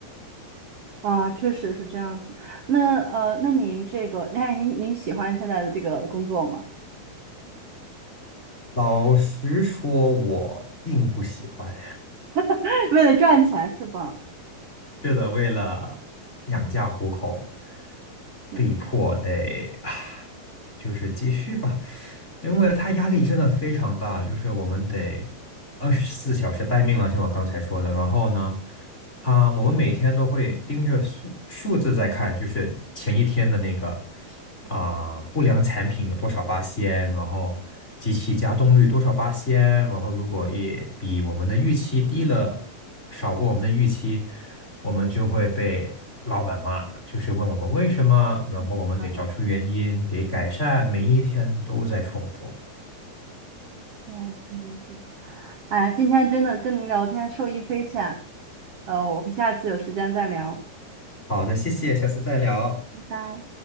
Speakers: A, on the right; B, on the left.
A: 啊，确实是这样子。那呃，那您这个，哎，您您喜欢现在的这个工作吗？
B: 老实说，我并不喜欢。
A: <laughs> 为了赚钱是吧？
B: 是的，为了养家糊口，
A: 嗯，
B: 被迫得啊，就是继续吧，因为他压力真的非常大，就是我们得二十四小时待命了，像我刚才说的。然后呢，他我们每天都会盯着数数字在看，就是前一天的那个。啊、不良产品有多少八仙，然后机器加动率多少八仙，然后如果也比我们的预期低了，少过我们的预期，我们就会被老板骂，就是问我们为什么，
A: 嗯
B: 然后我们得找出原因，得改善，每一天都在重复。
A: 嗯嗯嗯哎，今天真的跟您聊天受益匪浅。呃，我们下次有时间再聊，
B: 好的，谢谢，下次再聊。
A: 拜拜。